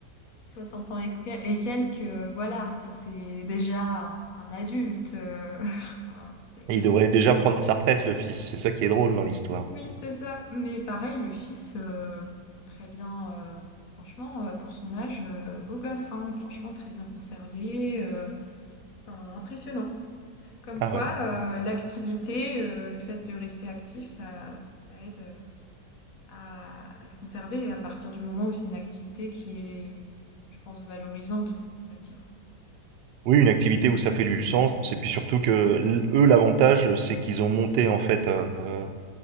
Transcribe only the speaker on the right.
Il devrait déjà prendre sa retraite, le fils. C'est ça qui est drôle dans l'histoire.
Ah
ouais.
Oui, une activité où ça fait du sens. Et puis surtout que l- eux, l'avantage, c'est qu'ils ont monté en fait euh,